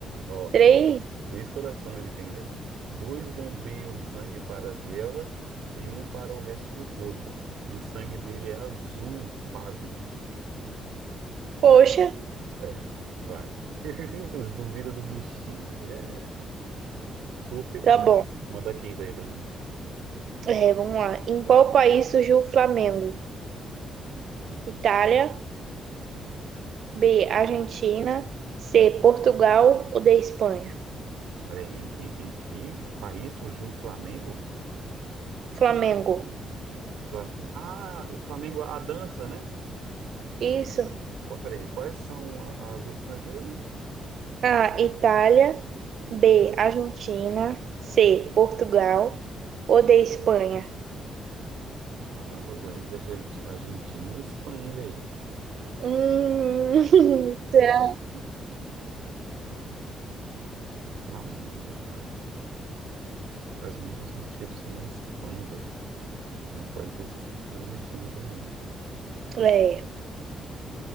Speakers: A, on the right (about 85°); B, on the right (about 55°).
A: Ó,
B: Três?
A: três corações ele tem, velho. Dois bombeiam sangue para as guerras e um para o resto do corpo. E o sangue dele é azul, pasme.
B: Poxa,
A: É, vai. <laughs> Duvida do bichinho. É, super.
B: tá
A: Manda,
B: bom.
A: manda a quinta aí pra mim.
B: É, vamos lá. Em qual país surgiu o Flamengo? Itália,
A: Flamengo.
B: B, Argentina, C, Portugal ou D, Espanha?
A: Peraí, em que, em que país surgiu o Flamengo?
B: Flamengo.
A: Flam- Ah, Flamengo, a dança, né?
B: Isso.
A: Qual, peraí, quais são a- as opções mesmo?
B: A, Itália,
A: Hum.
B: B, Argentina, C, Portugal ou D, Espanha?
A: Mano, eu tô entre a Arge- Argentina e a Espanha, velho.
B: Hum, <laughs> será?
A: Flamengo, cara. Faz muito sentido ser na Espanha, velho. Mas pode ter sido na Argentina também.
B: É.